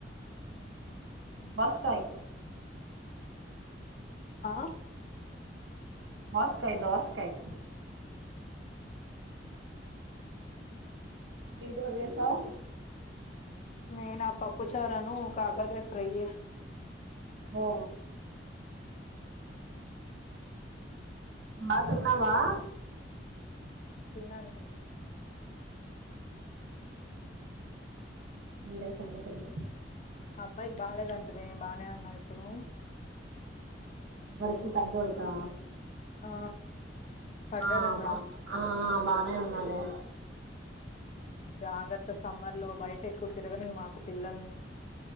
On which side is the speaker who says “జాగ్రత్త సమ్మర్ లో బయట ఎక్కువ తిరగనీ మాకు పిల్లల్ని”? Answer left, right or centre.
Left